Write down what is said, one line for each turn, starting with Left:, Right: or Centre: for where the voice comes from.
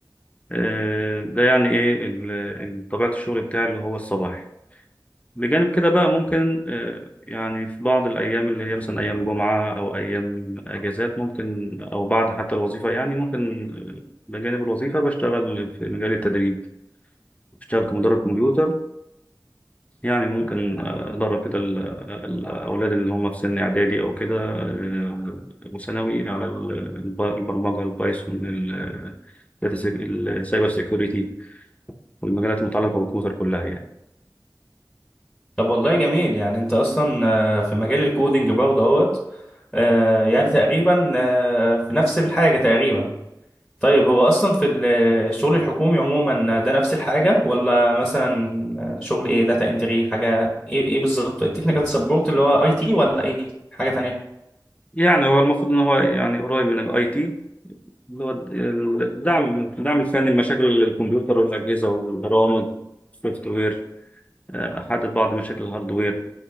Left: آه، ده يعني إيه ال- ال- طبيعة الشغل بتاعي اللي هو الصباحي بجانب كده بقى ممكن آه، يعني في بعض الأيام اللي هي مثلا أيام جمعة أو أيام أجازات ممكن أو بعد حتى الوظيفة يعني ممكن آه، بجانب الوظيفة بشتغل في مجال التدريب بشتغل كمدرب كمبيوتر يعني ممكن آه، أدرب كده ال- الأولاد اللي هم في سن إعدادي أو كده آه، وثانوي على ال- الب- البرمجة البايثون ال- داتا سيك- السايبر سيكوريتي والمجالات المتعلقة بالكمبيوتر كلها يعني
Centre: طب والله جميل يعني انت اصلا آه، في مجال الكودينج برضه اهوت آه، يعني تقريبا آه، في نفس الحاجة تقريبا طيب هو اصلا في ال- الشغل الحكومي عموما ده نفس الحاجه ولا مثلا شغل ايه داتا انتري حاجه ايه ايه بالظبط التكنيكال سبورت اللي هو اي تي ولا ايه حاجه تانية
Left: يعني هو المفروض إن هو يعني قريب من الأي تي اللي هو ال- الدعم الدعم الفني لمشاكل الكمبيوتر والأجهزة والبرامج السوفت وير آه، أحدد بعض مشاكل الهاردوير